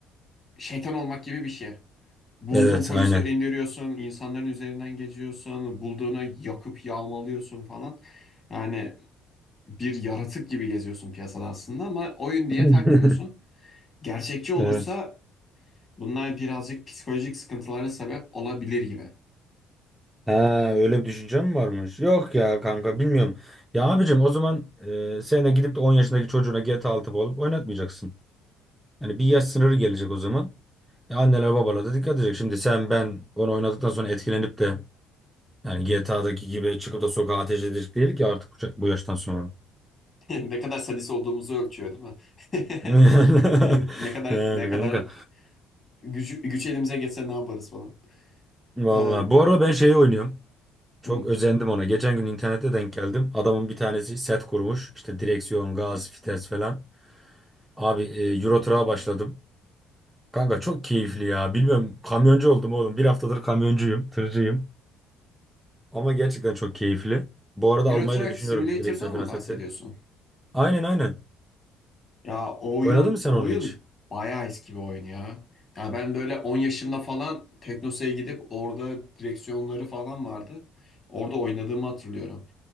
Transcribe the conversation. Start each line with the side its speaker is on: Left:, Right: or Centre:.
Left: şeytan olmak gibi bir şey. Bulduğun
Centre: Evet,
Left: polisi
Centre: aynen.
Left: indiriyorsun, insanların üzerinden geçiyorsun, bulduğunu yakıp yağmalıyorsun falan. Yani bir yaratık gibi geziyorsun piyasada aslında ama oyun diye
Centre: <laughs>
Left: takmıyorsun. Gerçekçi olursa
Centre: Evet.
Left: bunlar birazcık psikolojik sıkıntılara sebep olabilir gibi.
Centre: Ha, öyle bir düşüncem mi varmış? Yok ya kanka
Left: Hı hı.
Centre: bilmiyorum.
Left: <laughs>
Centre: Ya abicim o zaman e, sen de gidip de 10 yaşındaki çocuğuna GTA 6 alıp oynatmayacaksın. Yani bir yaş sınırı gelecek o zaman. Ya Anneler babalar da dikkat edecek. Şimdi sen ben onu oynadıktan sonra etkilenip de yani GTA'daki gibi çıkıp da sokağa ateş edecek değil ki artık bu bu yaştan sonra.
Left: Ne kadar sadist olduğumuzu ölçüyor değil mi? <laughs>
Centre: <laughs>
Left: Ne kadar ne kadar
Centre: Yani
Left: ne kadar
Centre: kanka.
Left: güç, güç elimize geçse ne yaparız falan.
Centre: Vallahi.
Left: Ya,
Centre: Bu arada ben şeyi oynuyorum. Çok
Left: hı.
Centre: özendim ona. Geçen gün internette denk geldim. Adamın bir tanesi set kurmuş. İşte direksiyon, gaz, vites falan. Abi e, Euro Truck'a başladım. Kanka çok keyifli ya. Bilmem kamyoncu oldum oğlum. Bir haftadır kamyoncuyum, tırcıyım. Ama gerçekten çok keyifli. Bu arada
Left: Euro
Centre: almayı
Left: Truck
Centre: da düşünüyorum
Left: Simulator'dan
Centre: direksiyon falan
Left: mı
Centre: seti.
Left: bahsediyorsun?
Centre: Aynen aynen.
Left: Ya o oyun
Centre: Oynadın mı sen
Left: o
Centre: onu
Left: oyun
Centre: hiç?
Left: bayağı eski bir oyun ya. Ya ben böyle 10 yaşımda falan Teknosa'ya gidip orada direksiyonları falan vardı. Orada oynadığımı hatırlıyorum.